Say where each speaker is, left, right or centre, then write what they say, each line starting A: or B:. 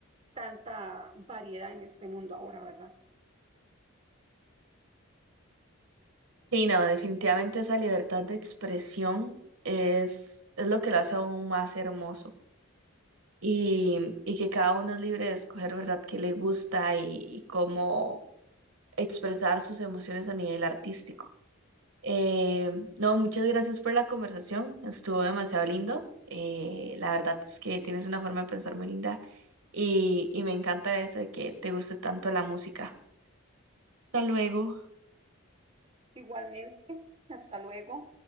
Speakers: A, on the right; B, on the right.
A: tanta variedad en este mundo ahora, ¿verdad?
B: Sí, no, definitivamente esa libertad de expresión es, es lo que lo hace aún más hermoso y, y que cada uno es libre de escoger, ¿verdad?, qué le gusta y, y cómo expresar sus emociones a nivel artístico. Eh, no, muchas gracias por la conversación, estuvo demasiado lindo. Eh, la verdad es que tienes una forma de pensar muy linda y, y me encanta eso de que te guste tanto la música. Hasta luego.
A: Igualmente, hasta luego.